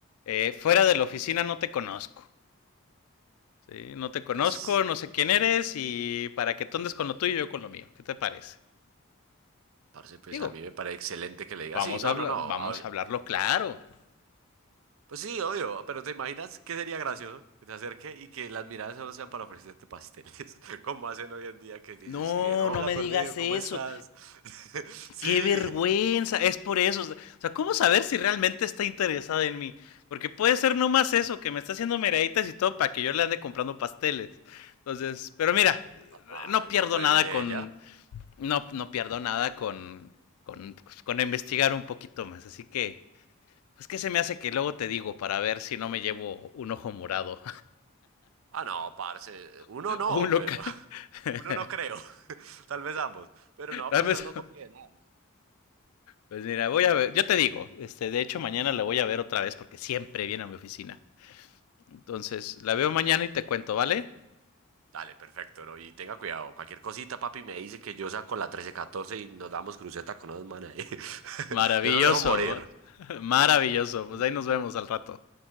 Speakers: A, on the left (about 90°); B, on the right (about 65°).
A: Eh, fuera de la oficina no te conozco. ¿sí? No te conozco,
B: pues,
A: no sé quién eres y para que tú andes con lo tuyo y yo con lo mío. ¿Qué te parece?
B: parce, pues
A: Digo,
B: a mí me parece excelente que le diga,
A: Vamos
B: sí, no,
A: a, habla-
B: no, no.
A: vamos
B: a-
A: a hablarlo claro.
B: Pues sí, obvio, pero ¿te imaginas qué sería gracioso que te acerque y que las miradas solo sean para ofrecerte pasteles? <laughs> Como hacen hoy en día que dices,
A: No,
B: escriben, hola
A: no me
B: perdido,
A: digas
B: ¿cómo
A: eso.
B: estás? <laughs> Sí,
A: Qué vergüenza. Es por eso. O sea, ¿cómo saber si realmente está interesada en mí? Porque puede ser nomás eso, que me está haciendo meraditas y todo para que yo le ande comprando pasteles. Entonces, pero mira,
B: "Ah, parce,
A: no pierdo
B: compré
A: nada
B: el de
A: con.
B: ella.
A: No, no pierdo nada con, con. pues, con investigar un poquito más. Así que. Pues que se me hace que luego te digo para ver si no me llevo un ojo morado
B: Ah, no, parce, uno
A: <laughs>
B: no,
A: o un local.
B: pero <laughs>
A: <laughs>
B: uno no creo, <laughs> tal vez ambos, pero no,
A: Dame
B: parce,
A: esa
B: uno copia de nada.
A: Pues mira, voy a ver, yo te digo, este, de hecho mañana la voy a ver otra vez porque siempre viene a mi oficina. Entonces, la veo mañana y te cuento, ¿vale?
B: Dale, perfecto, ¿no? Y tenga cuidado, cualquier cosita, papi, me dice que yo saco la trece, catorce y nos damos cruceta con unos manes ahí. <laughs>
A: Maravilloso,
B: Yo no lo dejo morir.
A: <laughs> maravilloso. Pues
B: <laughs>
A: ahí nos vemos al rato.